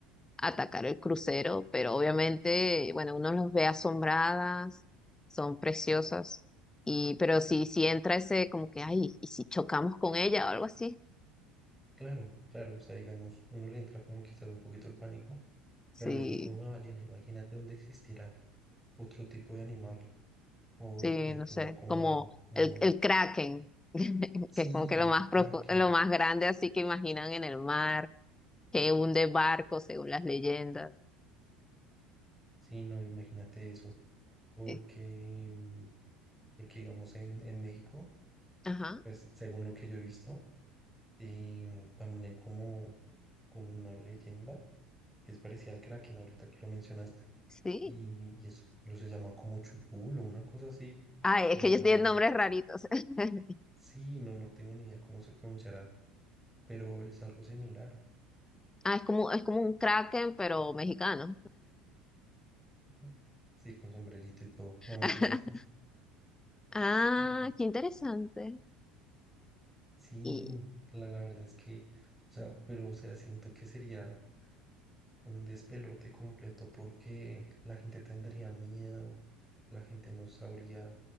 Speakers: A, on the left (about 15°); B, in the centre.
A: atacar el crucero, pero obviamente, bueno, uno los ve asombradas, son preciosas, y pero si, si entra ese como que, ay, ¿y si chocamos con ella o algo así?
B: Claro, claro, o sea, digamos, uno le entra como quizás un poquito el pánico,
A: Sí,
B: pero eso es con una ballena, imagínate dónde existirá otro tipo de animal o
A: sí,
B: de criatura
A: no sé,
B: como,
A: como
B: como,
A: el, el Kraken, <laughs>
B: sí,
A: que es como que lo
B: el
A: más
B: kraken,
A: profu- lo más grande así que imaginan en el mar, que hunde barcos según las leyendas.
B: sí, no, imagínate eso, porque,
A: Eh,
B: mm, porque digamos en, en México,
A: ajá,
B: pues según lo que yo he visto, Y también hay como, como una leyenda que es parecida al Kraken ahorita que lo mencionaste.
A: sí.
B: Y, y es, pero se llama como Chutul o una cosa así,
A: Ay,
B: bien
A: es que ellos
B: rara.
A: tienen
B: ¿no?
A: nombres raritos. <laughs>
B: Sí, no, no tengo ni idea cómo se pronunciará, pero es algo similar.
A: Ah, es como, es como un Kraken, pero mexicano.
B: ¿no? Sí, con sombrerito y todo. No, mentiras.
A: <laughs> Ah,
B: <laughs>
A: qué interesante.
B: Sí,
A: Y
B: la, la verdad es que, o sea, pero o sea, siento que sería. un despelote completo porque la gente tendría miedo, la gente no sabría